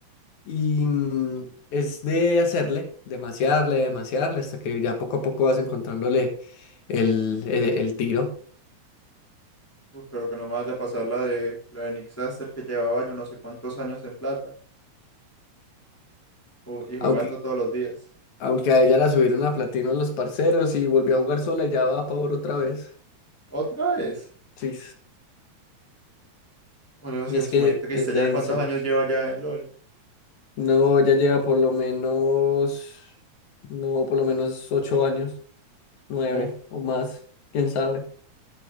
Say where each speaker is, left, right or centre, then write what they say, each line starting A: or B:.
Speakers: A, on the left (about 75°); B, in the centre.
A: Y mm, es de hacerle, de masearle, de masearle, hasta que ya poco a poco vas encontrándole el, el, el tiro.
B: Uf, pero que no me vaya a pasar la de la de Nick Saster que llevaba yo no sé cuántos años en plata ju- y jugando
A: Aunque,
B: todos los días.
A: aunque a ella la subieron a platino los parceros y volvió a jugar sola y ya va a favor otra vez.
B: ¿Otra vez?
A: Sí.
B: Oye,
A: Y
B: sí, es
A: es que
B: muy triste.
A: es denso.
B: ¿Ya cuántos años lleva ya en LOL?
A: No, ya lleva por lo menos, no, por lo menos ocho años, nueve
B: Uf,
A: o más, quién sabe.